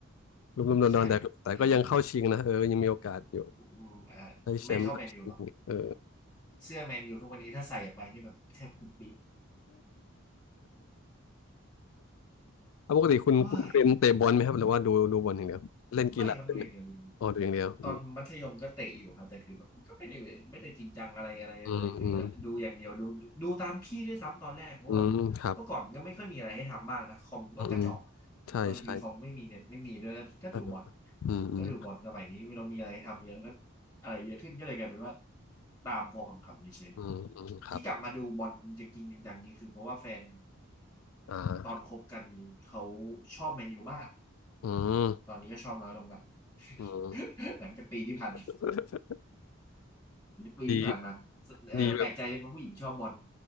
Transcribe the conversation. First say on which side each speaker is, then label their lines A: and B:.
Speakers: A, on the left (about 75°); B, on the left (about 20°).
A: ลุ่มๆดอนๆแต่แต่ก็ยังเข้าชิงนะเออยังมีโอกาสอยู่
B: ใช่เอออืมเออ
A: ได้แชมป์ได้แชมป์เออ
B: ไม่เท่าแมนยูหรอกเสื้อแมนยูทุกวันนี้ถ้าใส่ออกไปนี่แบบแทบปุ๊บปิ๊บ
A: แล้วปกติคุณคุณเป็นเตะบอลไหมครับหรือว่าดูดูบอลอย่างเดียวเล่นกีฬาด้วยไหม
B: โอ้ยไม่ครับดูอย่างเดียว
A: อ๋อดูอย่างเดียวอืม
B: ตอนมัธยมก็เตะอยู่ครับแต่คือแบบมันก็ไม่ได้ไม่ได้จริงจังอะไรอะไรเลยคือดูอย่างเดียวดูดูดูตามพี่ด้วยซ้ำตอนแรกเพราะว่าแบบเมื่อก่อนมันก็ไม่ค่อยมีอะไรให้ทำมากนะคอมก็กระจอก
A: อืมอืมอืมครับอืมอืมใช่ใช่
B: บางทีคอมไม่มีเน็ตไม่มีด้วยก็ก็ดูบอท
A: เอออืมอืม
B: ก็ดูบอทสมัยนี้เรามีอะไรให้ทำเยอะก็อะไรเยอะขึ้นก็เลยกลายเป็นว่าตามพอคำคำเฉยๆที่กลับมาดูบอลจริงๆจังๆนี่คือเพราะว่าแฟน
A: อืมอืมครับอ่า
B: ตอนคบกันเขาชอบแมนยูมาก
A: อืม
B: ตอนนี้ก็ชอบน้อยลงละ
A: อืม
B: <laughs> หลังจากปีที่ผ่าน
A: <laughs>
B: ปีที่ผ่านมา
A: ดี
B: เออแปลกใจว่าผู้หญิงชอบบอล
A: ดีแบบ